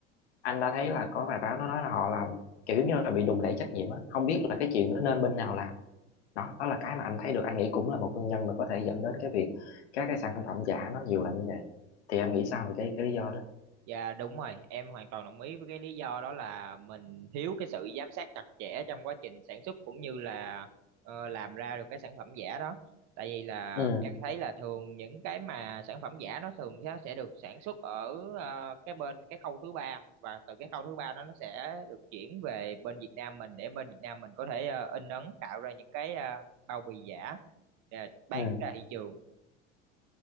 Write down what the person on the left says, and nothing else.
anh đã thấy là có bài báo nó nói là họ làm kiểu giống như là bị đùn đẩy trách nhiệm á không biết là cái chuyện nó nên bên nào làm đó đó là cái mà anh thấy được anh nghĩ cũng là một nguyên nhân mà có thể dẫn đến cái việc các cái sản phẩm giả nó nhiều là như vậy thì em nghĩ sao về cái cái lý do đó
ừ
ừ